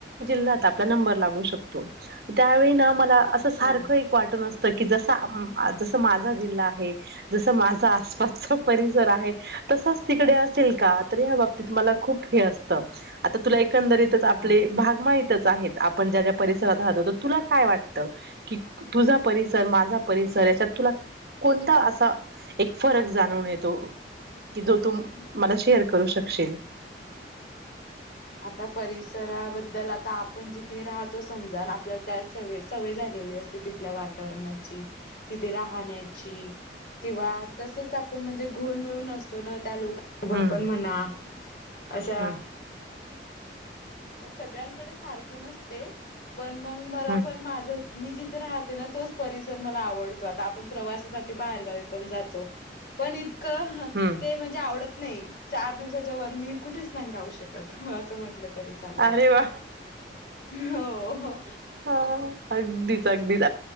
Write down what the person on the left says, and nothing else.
हो
हा.
आता परिसराबद्दल आता आपण जिथे राहतो समजा अन आपल्याला त्या सवे सवय झाली ली असते तिथल्या वातावरण ची, तिथे राहण्याची किंवा तसच आप म्हणजे घुळून मिळून असतो ना, त्या लोकां सोबत
पण म्हणा अशा
सगळ्यांकडे सारखं नसते, पण मंग मला
पण माझ मी जिथे राहते ना, तोच परिसर मला आवडतो आता आपण प्रवास साठी बाहेगावी पण जातो, पण इतकं हं
ते म्हणजे आवडत नाही. चार दिवसाच्या वर मी, कुठेच नाही राहू शकत ह असं म्हटलं तरी चालेल,
हो हो!